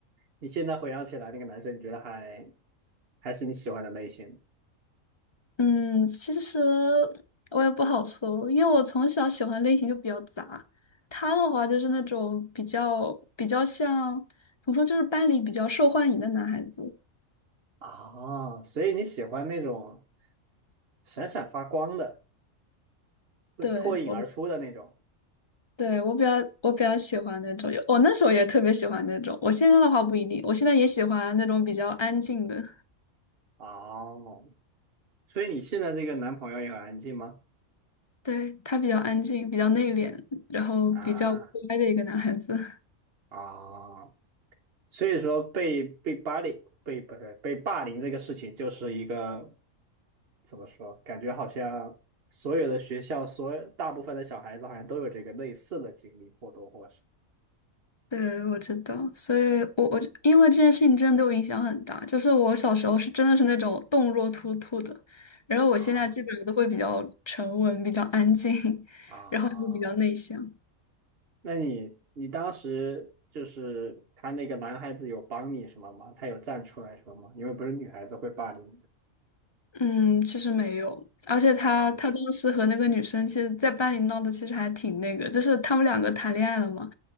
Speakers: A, on the right; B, on the left.
A: 你现在回想起来，那个男生你觉得还还是你喜欢的类型
B: 嗯，其实我也不好说，因为我从小喜欢类型就比较杂。他的话就是那种比较比较像，怎么说，就是班里比较受欢迎的男孩子。
A: 啊？所以你喜欢那种闪闪发光的，会脱颖而出的那种。
B: 对，我，对，我比较我比较喜欢那种，我那时候也特别喜欢那种。我现在的话不一定，我现在也喜欢那种比较安静的。
A: 哦，所以你现在这个男朋友也很安静吗？
B: 对，他比较安静，比较内敛，然后比较乖的一个男孩子。
A: 啊啊，所以说被被霸凌被不是被霸凌这个事情，就是一个怎么说？感觉好像所有的学校，所有大部分的小孩子好像都有这个类似的经历，或多或少。
B: 对，我知道，所以我我就因为这件事情真的对我影响很大，就是我小时候是真的是那种动若脱兔的，然后我现在基本上都会比较沉稳、
A: 啊
B: 比较安静，<laughs>
A: 啊，
B: 然后也会比较内向。
A: 那你你当时就是他那个男孩子有帮你什么吗？他有站出来什么吗？因为不是女孩子会霸凌你。
B: 嗯，其实没有，而且他他当时和那个女生，
A: 啊，
B: 其实在班里闹的其实还挺那个，就是他们两个谈恋爱了嘛，